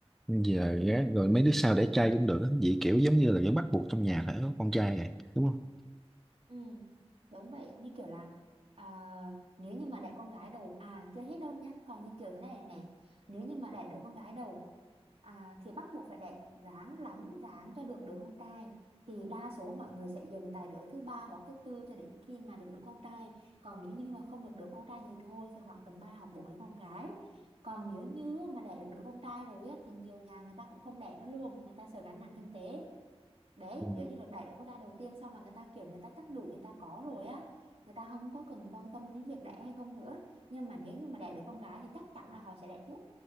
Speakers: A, in the centre; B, on the right.
A: giờ gái rồi mấy đứa sau để trai cũng được á. vậy kiểu giống như là vẫn bắt buộc trong nhà phải có con trai vậy đúng không
B: Ừ, đúng vậy như kiểu là à, nếu như mà đẻ con gái đầu à chưa hết đâu nhá còn như kiểu thế này này nè nếu như mà đẻ đứa con gái đầu à, thì bắt buộc phải đẻ ráng lắm ráng cho được đứa con trai thì đa số mọi người sẽ dừng tại đứa thứ ba hoặc thứ tư cho đến khi mà được đứa con trai còn nếu như mà không được đứa con trai thì thôi sẽ khoảng tầm 3 hoặc 4 đứa con gái còn nếu như mà đẻ được đứa con trai rồi á, thì nhiều nhà người ta cũng không đẻ nữa luôn người ta sợ gánh nặng kinh tế đấy
A: Ừ.
B: nếu như được đẩy được con ra đầu tiên xong là người ta kiểu người ta chắc đủ người ta có rồi á người ta không có cần quan tâm đến việc đẻ hay không nữa nhưng mà nếu như mà đẻ được con gái thì chắc chắn là họ sẽ đẻ tiếp